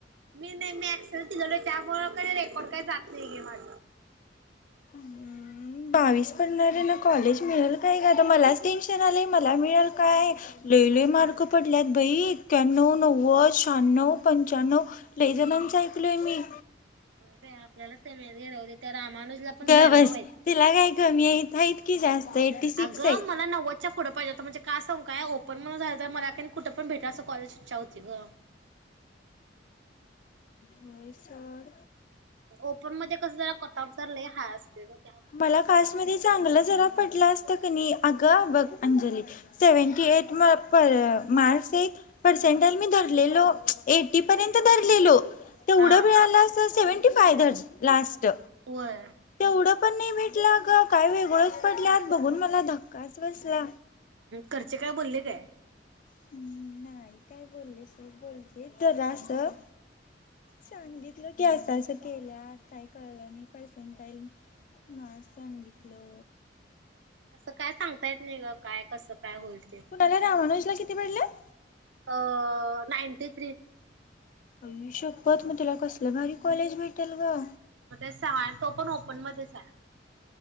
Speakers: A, on the right; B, on the left.
A: मी नाही मी अँक्सेस दिलोलो एक त्यामुळ काय रेकॉर्ड काही जात नाहीये माझ
B: अम् बावीस पडणारे ना कॉलेज मिळेल काय ग आता मलाच टेन्शन आलंय मला मिळेल काय लई लई मार्क पडल्यात बाई ए्याण्नव नव्वद शहाण्णव पंच्याण्णव लई जणच ऐकलोय मी.
A: होय बाई आपल्यालाचं कमीत राहुदे त्या रामानुजला पण
B: ग
A: त्र्याण्णव
B: बस!
A: आहेत.
B: तिला काय कमी आहेत, आहेत कि जास्त एट्टी सिक्सेत
A: अगं मला नव्वदच्या पुढं पाहिजे होत म्हणजे का सांगु काय ओपन म्हणून झायचाय मला का नई कुठं पण भेटल असं कॉलेज इच्छा होती ग म्ह
B: होय सोड
A: ओपन मध्ये कसं, जरा कटाआऊट चा लय हाय असतो गं
B: मला काशमध्ये चांगलं जरा पडला असतं क नही आ कं बघ अंजली! सेव्हनटी एट म-प-अ मार्क्स हेत, पर्सेंटल धरलेलो, मच एटी पर्यंत धरलेलो तेवढं
A: हा
B: मिळालं असं सेवं <unintelligible> लास्ट
A: होय
B: तेवढं पण नाही भेटला ग काय वेगळच पडल्यात बघून मला धक्काच बसला
A: घरचे काय बोलले काय
B: हम्म! नाही काय बोलले सोड, बोललेत जरासं संगित ल की असं-असं केल्यात काय कळलं नाही पर्सेंटाईल. म सांगितलं.
A: असं काय सांगता येत नाही ग? काय, कसं? काय होईल ते
B: कुणाला रामानुजला किती पडलं
A: अ नाइन तेच री
B: आई शप्पथ! मग तेला कसलं भारी कॉलेज भेटेल ग.
A: मग ते सहा हाय आणि तो पण ओपन मध्येच हाया